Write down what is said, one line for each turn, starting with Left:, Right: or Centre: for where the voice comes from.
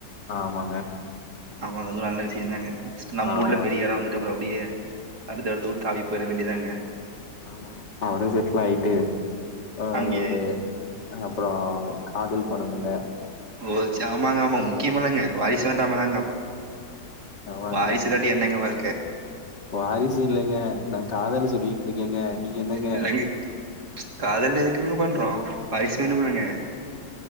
Left: ஆம்மாங்க
Right: ஆமாங் அதுவு நல்ல விஷயந்தாங்க ஃபர்ஸ்ட் நம்ப
Left: ஆமாங்க
Right: ஊர்ல பெரிய இட வந்துட் ட்டு அப்டியே அடுத்தடுத்து தாவி போயிர வேண்டியாதாங்
Left: ஆமாங்க அப்டே செட்லில்லாய்ட்டு ஆ
Right: அங்கேயே
Left: ஒரு அப்றோ காதல் பண்ணணுங்க
Right: ஓ ச ஆமா ஆமாங்க முக்கியமள்ளாங்க வாரிசு வேண்டாலாங்க
Left: ஆமாங்க
Right: வாரிசுல என்னங்க வாழ்க்க
Left: வாரிசு இல்லங்க நா காதல் சொல்லிட் இருக்கேங்க நீங்க என்னங்க
Right: இல்லங்க காதல் எதுக்குங் பண்றோ வயசு வேணும்லங்க